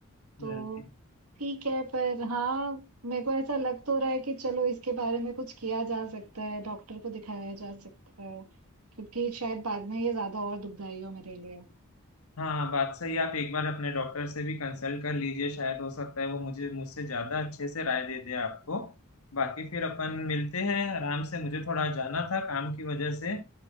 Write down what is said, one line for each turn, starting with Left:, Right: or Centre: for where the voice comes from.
Left: हम्म।
Right: तो ठीक है पर हाँ मेरे को ऐसा लग तो रहा है कि चलो इसके बारे में कुछ किया जा सकता है डॉक्टर को दिखाया जा सकता है क्योंकि शायद बाद में ये ज्यादा और दुखदाई हो मेरे लिए
Left: हाँ बात सही आप एक बार अपने डॉक्टर से भी कंसल्ट कर लीजिए शायद हो सकता है वो मुझे मुझसे ज्यादा अच्छे से राय दे दे आपको बाकी फिर अपन मिलते हैं आराम से मुझे थोड़ा जाना था काम की वजह से